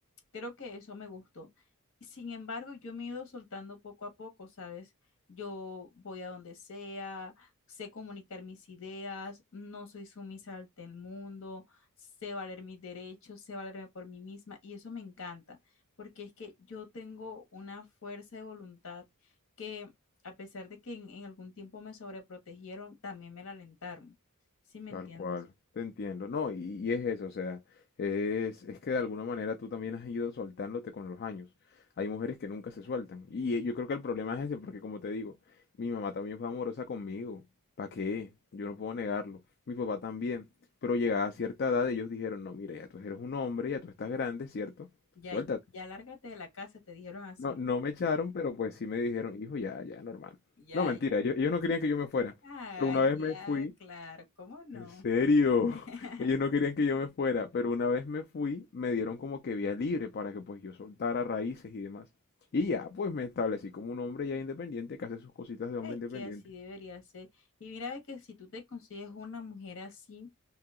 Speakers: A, on the left; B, on the left.
A: creo que eso me gustó. Sin embargo, yo me he ido soltando poco a poco, ¿sabes? Yo voy a donde sea, sé comunicar mis ideas, no soy sumisa ante el mundo, sé valer mis derechos, sé valerme por mí misma y eso me encanta porque es que yo tengo una fuerza de voluntad que a pesar de que en, en algún tiempo me sobreprotegieron, también me la alentaron. ¿Sí me
B: Tal
A: entiendes?
B: cual, te entiendo. No, y, y es eso, o sea, es, es que de alguna manera tú también has ido soltándote con los años. Hay mujeres que nunca se sueltan. Y eh, yo creo que el problema es ese, porque como te digo, mi mamá también fue amorosa conmigo. ¿Para qué? Yo no puedo negarlo. Mi papá también. Pero llegada a cierta edad, ellos dijeron, no, mira, ya tú eres un hombre, ya tú estás grande, ¿cierto?
A: Ya,
B: Suéltate.
A: ya lárgate de la casa, te dijeron así.
B: No, no me echaron, pero pues sí me dijeron, hijo, ya, ya, normal.
A: Ya,
B: No, mentira,
A: ya.
B: ellos, ellos no querían que yo me fuera.
A: Ay,
B: Pero una vez
A: ya,
B: me fui.
A: claro, ¿cómo no?
B: En serio,
A: <laughs>
B: <laughs> ellos no querían que yo me fuera, pero una vez me fui, me dieron como que vía libre para que pues yo soltara raíces y demás. Y ya, pues me establecí como un hombre ya independiente que hace sus cositas de hombre
A: Es
B: independiente.
A: que así debería ser. Y mira, ve que si tú te consigues una mujer así,